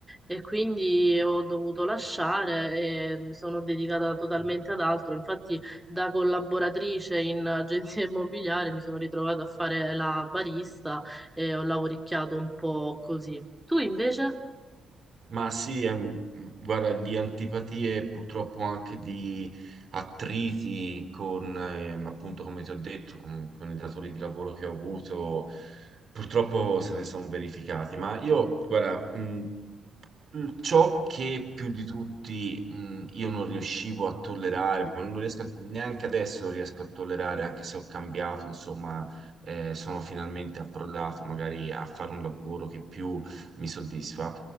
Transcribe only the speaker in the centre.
E quindi ho dovuto lasciare e mi sono dedicata totalmente ad altro. Infatti, da collaboratrice in agenzia <laughs> immobiliare mi sono ritrovata a fare la barista e ho lavoricchiato un po' così. Tu invece?